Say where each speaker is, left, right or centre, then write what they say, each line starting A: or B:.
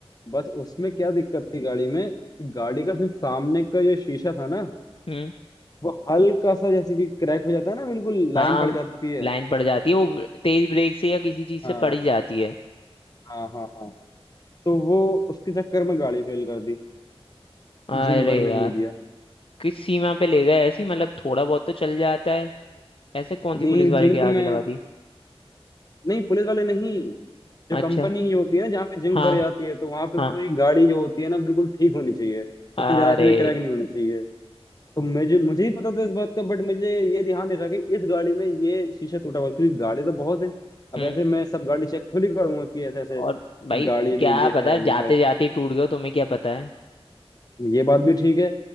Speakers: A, on the left; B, on the left.
A: बस उसमें क्या दिक्कत थी गाड़ी में गाड़ी का सिर्फ सामने का जो शीशा था ना
B: हम्म
A: वो हल्का सा जैसे कि क्रैक हो जाता है ना बिल्कुल लाइन
B: हाँ
A: पड़ जाती है
B: लाइन पड़ जाती है वो तेज ब्रेक से या किसी चीज से
A: हाँ
B: पड़ ही जाती है
A: हाँ हाँ हाँ तो वो उसके चक्कर में गाड़ी फेल कर दी
B: अरे
A: जिंक भरने
B: यार
A: नहीं दिया
B: किस सीमा पे ले गए ऐसी मतलब थोड़ा बहुत तो चल जाता है ऐसे कौन
A: नहीं
B: सी पुलिस वाले
A: जिंक
B: के
A: में
B: आगे लगा दी
A: नहीं पुलिस वाले नहीं जो
B: अच्छा
A: कंपनी की होती है ना जहाँ पे जिंक
B: हाँ
A: भर जाती है तो वहां पे
B: हाँ
A: पूरी गाड़ी जो होती है ना बिल्कुल ठीक होनी चाहिए
B: अरे
A: उसमें जरा सा भी क्रैक नहीं होना चाहिए तो मुझे मुझे ही पता था इस बात का बट मुझे ये ध्यान नहीं रहा कि इस गाड़ी में ये शीशा टूटा हुआ है क्योंकि गाड़ी तो बहुत है अब
B: हम्म
A: ऐसे मैं सब गाड़ी चेक थोड़ी करूंगा कि ऐसे ऐसे
B: और
A: कि
B: भाई
A: गाड़ी में
B: क्या
A: ये
B: पता
A: है वो
B: जाते
A: है
B: जाते ही टूट गए हो, तुम्हें क्या पता है
A: ये बात भी ठीक है